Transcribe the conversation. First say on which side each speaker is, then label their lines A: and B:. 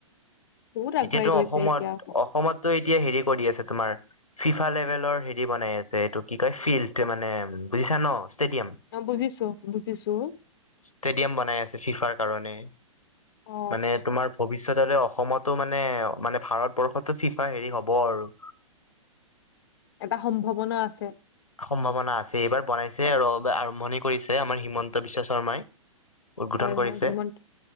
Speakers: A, on the left (about 45°); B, on the left (about 80°).
A: বহুত আগুৱাই
B: এতিয়াতো
A: গৈছে
B: অসমত
A: এতিয়া আকৌ।
B: অসমতটো এতিয়া হেৰি কৰি আছে তোমাৰ ফিফা লেভেলৰ হেৰি বনাই আছে এইটো কি কয় ফিল্ড মানে বুজিছা ন ষ্টেডিয়াম
A: অ বুজিছো বুজিছো
B: ষ্টেডিয়াম বনাই আছে ফিফাৰ কাৰণে
A: অ
B: মানে তোমাৰ ভৱিষ পিছত হলে অসমতো মানে মানে ভাৰতবৰ্ষতো ফিফা হেৰি হ'ব আৰু
A: এটা সম্ভাৱনা আছে
B: সম্ভাৱনা আছে এইবাৰ বনাইছে আৰু আৰম্ভণি কৰিছে আমাৰ হিমন্ত বিশ্ব শৰ্মাই উদ্বোধন
A: হয়
B: কৰিছে
A: হয় হিমন্ত